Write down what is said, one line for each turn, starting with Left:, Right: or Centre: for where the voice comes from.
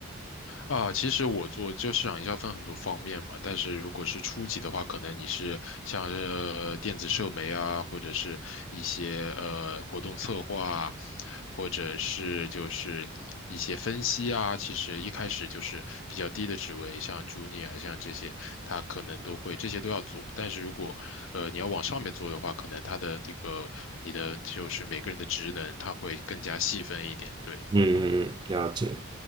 Left: 啊，其实我做就市场营销分很多方面嘛，但是如果是初级的话，可能你是像是呃电子社媒啊，或者是一些呃活动策划啊，或者是就是一些分析啊，其实一开始就是比较低的职位，像 junior 啊像这些，他可能都会这些都要做。但是如果呃你要往上面做的话，可能他的这个你的就是每个人的职能，他会更加细分一点。对，
Right: 嗯，了解。